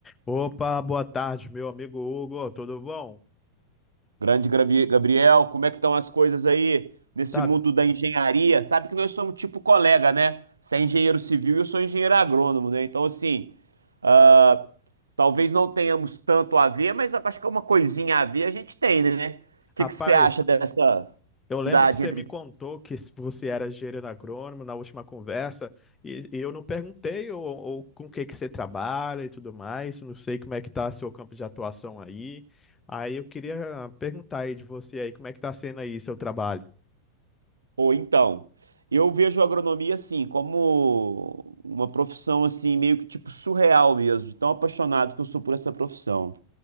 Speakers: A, on the left; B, on the right.
A: Opa, boa tarde, meu amigo Hugo, tudo bom?
B: Grande Gabi- Gabriel, como é que estão as coisas aí nesse
A: Tá,
B: mundo da engenharia? Sabe que nós somos tipo colega, né? Você é engenheiro civil e eu sou engenheiro agrônomo, né? Então, assim, ah, talvez não tenhamos tanto a ver, mas eu acho que é uma coisinha a ver a gente tem, né? O que
A: rapaz,
B: que você acha dessa
A: eu lembro
B: idade
A: que você
B: entre...
A: me contou que se você era engenheiro agrônomo na última conversa e, e eu não perguntei ou, ou com o que que você trabalha e tudo mais, não sei como é que tá seu campo de atuação aí. Aí eu queria perguntar aí de você aí, como é que tá sendo aí seu trabalho?
B: Ou então, eu vejo a agronomia, assim, como uma profissão, assim, meio que tipo surreal mesmo, de tão apaixonado que eu sou por essa profissão.